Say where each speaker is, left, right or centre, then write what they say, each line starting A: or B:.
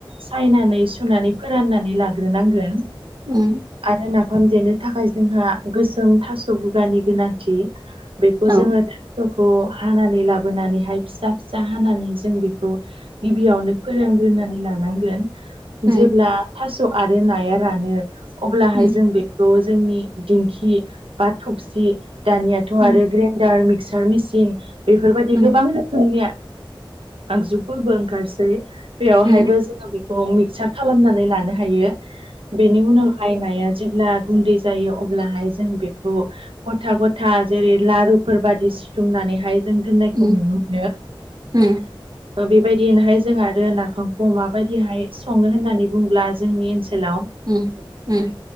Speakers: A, on the right; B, on the right.
A: सायनानै सुनानै फोराननानै लाग्रोनांगोन
B: ओम
A: आरो नाफाम देनो थाखाय जोंहा गोसोम थास' बुगानि गोनांथि बेखौ
B: औ
A: जोङो थास'खौ हानानै लाबोनानैहाय फिसा फिसा हानानै जों बेखौ गिबियावनो फोरानग्रोनानै लानांगोन
B: उम
A: जेब्ला थास' आरो नाया रानो अब्लाहाय
B: उम
A: जों बेखौ जोंनि दिंखि बा थबसि दानियाथ'
B: उम
A: आरो ग्रेन्डार मिक्सार मेसिन बेफोरबायदि
B: उम
A: गोबां रोखोमनि आगजुफोरबो ओंखारसै बेयावहायबो
B: उम
A: जोङो बेखौ मिक्सार खालामनानै लानो हायो बेनि उनाव बायनाया जेब्ला गुन्दै जायो अब्लाहाय जों बेखौ गथा गथा जेरै लारुफोर बादि सिथुमनानैहाय जों दोननायखौ
B: उम
A: नुनो मोनो ओ
B: उम
A: बेबायदिनोहाय जों आरो नाफामखौ माबायदिहाय सङो होननानै बुङोब्ला जोंनि ओनसोलाव
B: ओम ओम